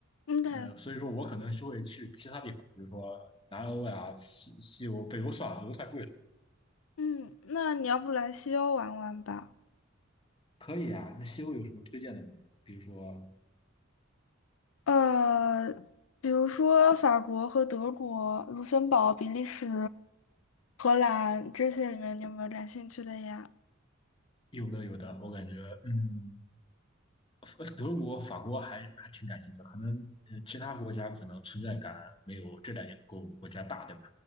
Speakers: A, on the left; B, on the left.
A: 嗯，对，
B: 呃，所以说我可能是会去其他地方，比如说南欧呀、西西欧、北欧算了，北欧太贵了。
A: 嗯，那你要不来西欧玩玩吧？
B: 可以啊，那西欧有什么推荐的吗？比如说
A: 呃，比如说法国和德国、卢森堡、比利时、荷兰这些里面，你有没有感兴趣的呀？
B: 有的有的，我感觉嗯。<laughs> 呃德国、法国还还挺感兴趣的，可能呃其他国家可能存在感没有这两个国国家大，对吧？